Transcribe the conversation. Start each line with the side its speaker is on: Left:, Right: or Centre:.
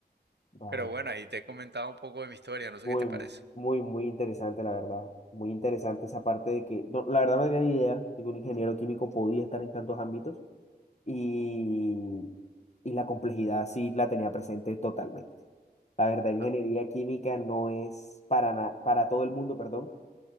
Left: Vale.
Right: Pero bueno, ahí te he comentado un poco de mi historia, no sé
Left: Muy,
Right: qué te parece.
Left: muy, muy interesante, la verdad. Muy interesante esa parte de que, no, la verdad no tenía ni idea de que un ingeniero químico podía estar en tantos ámbitos y, y la complejidad sí la tenía presente totalmente. La verdad, ingeniería
Right: Ah,
Left: química no es para, na- para todo el mundo, perdón.